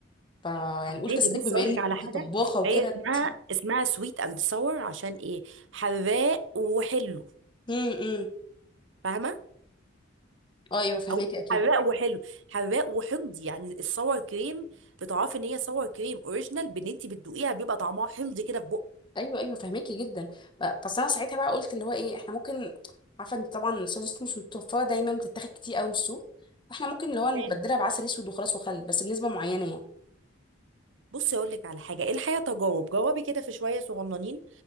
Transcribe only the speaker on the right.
عادي
بص
اقول
لك على حاجه
هي اسمها اسمها سويت اند ساور عشان ايه حراق وحلو
فاهمه
او
حراق وحلو حراق وحمضي يعني الساور كريم بتعرفي ان هي ساور كريم اوريجينال بان انت بتدوقيها بيبقى طعمها حمضي كده في بق
تمام
بصي اقول لك على حاجه ايه الحقيقه تجارب جربي كده في شويه صغننين